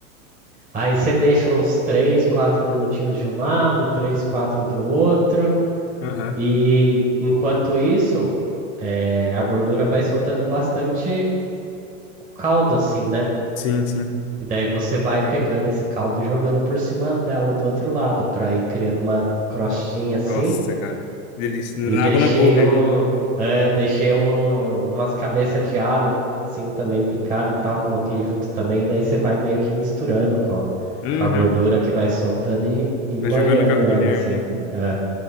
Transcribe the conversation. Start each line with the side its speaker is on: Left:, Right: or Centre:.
Right: Aí você deixa uns três, quatro minutinhos de um lado, três, quatro do outro.
Left: Aham.
Right: E enquanto isso, eh, a gordura vai soltando bastante caldo, assim, né?
Left: Sim, sim.
Right: E daí você vai pegando esse caldo e jogando por cima dela do outro lado, para ir criando uma crostinha
Left: No-
Right: assim.
Left: Nossa, cara. Que delícia.
Right: E
Left: Dá
Right: deixei
Left: Água na boca
Right: um,
Left: aqui.
Right: é, deixei um, umas cabeças de alho, assim, também picada e tal, coloquei junto também. Daí você vai meio que misturando com a,
Left: uhum.
Right: com a gordura que vai soltando e, e
Left: Vai
Right: banhando
Left: jogando com a colher,
Right: ela assim.
Left: né?
Right: É.